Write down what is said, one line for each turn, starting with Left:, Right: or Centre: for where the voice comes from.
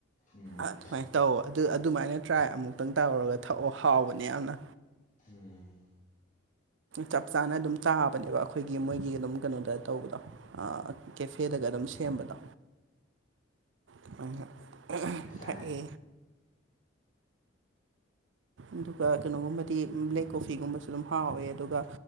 Left: ꯎꯝ
Right: ꯑꯗꯨꯃꯥꯏꯅ ꯇꯧꯑꯣ ꯑꯗꯨ ꯑꯗꯨꯃꯥꯏꯅ ꯇ꯭ꯔꯥꯏ ꯑꯃꯨꯛꯇꯪ ꯇꯧꯔꯒ ꯊꯛꯑꯣ ꯍꯥꯎꯕꯅꯦ ꯌꯥꯝꯅ
Left: ꯎꯝ
Right: ꯆꯞ ꯆꯥꯅ ꯑꯗꯨꯝ ꯆꯥꯕꯅꯦꯕ ꯑꯩꯈꯣꯏꯒꯤ ꯃꯣꯏꯒꯤ ꯑꯗꯨꯝ ꯀꯩꯅꯣꯗ ꯇꯧꯕꯗꯣ ꯀꯦꯐꯦꯗꯒ ꯑꯗꯨꯝ ꯁꯦꯝꯕꯗꯣ ꯑꯗꯨꯃꯥꯢꯅ
Left: ꯊꯛ ꯇꯥꯔꯦ
Right: ꯊꯥꯛꯌꯦ ꯑꯗꯨꯒ ꯀꯩꯅꯣꯒꯨꯝꯕꯗꯤ ꯕ꯭ꯂꯦꯛ ꯀꯣꯐꯤꯒꯨꯝꯕꯁꯨ ꯑꯗꯨꯝ ꯍꯥꯎꯋꯦ ꯑꯗꯨꯒ